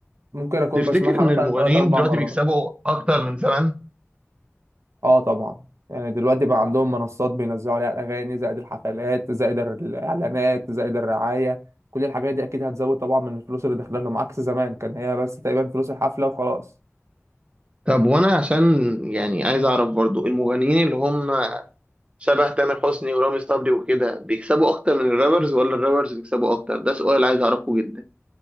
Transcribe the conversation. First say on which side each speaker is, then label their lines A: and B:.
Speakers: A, on the right; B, on the right.
A: ممكن اكون
B: تفتكر
A: بسمعها
B: ان
A: مثلا
B: المغنيين
A: ثلاث اربع
B: دلوقتي
A: مرات
B: بيكسبوا اكتر من زمان
A: اه طبعا يعني دلوقتي بقى عندهم منصات بينزلوا عليها الاغاني زائد الحفلات زائد الاعلانات زائد الرعايه كل الحاجات دي اكيد هتزود طبعا من الفلوس اللي داخله لهم عكس زمان كان هي بس تقريبا فلوس الحفله وخلاص
B: طب وانا عشان يعني عايز اعرف برضو المغنيين اللي هم شبه تامر حسني ورامي صبري وكده بيكسبوا اكتر من الرابرز ولا الرابرز بيكسبوا اكتر ده سؤال عايز اعرفه جدا